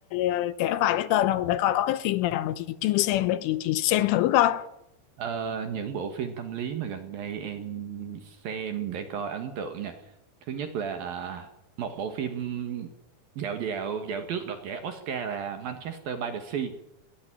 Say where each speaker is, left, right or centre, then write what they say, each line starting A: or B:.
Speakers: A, on the left; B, on the right.
A: ờ, kể vài cái tên không để coi có cái phim nào mà chị chưa xem để chị chị xem thử coi
B: Ờ, những bộ phim tâm lý mà gần đây em xem để coi ấn tượng nha. Thứ nhất là à, một bộ phim dạo dạo dạo trước đoạt giải Oscar là Manchester by the Sea